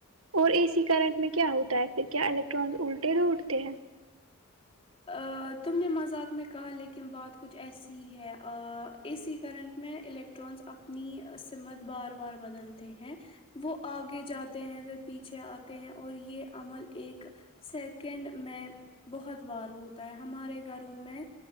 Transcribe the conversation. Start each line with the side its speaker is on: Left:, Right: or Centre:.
Right: اور اے سی کرنٹ میں کیا ہوتا ہے پھر کیا الیکٹرانس الٹے دوڑ تے ہیں
Left: آ تم نے مذاق میں کہا لیکن بات کچھ ایسی ہی ہے آ اے سی کرنٹ میں الیکٹرانس اپنی سمت بار بار بدلتے ہیں وہ آگے جاتے ہیں پھر پیچھے آتے ہیں اور یہ عمل ایک سیکنڈ میں بہت بار ہوتا ہے ہمارے گھروں میں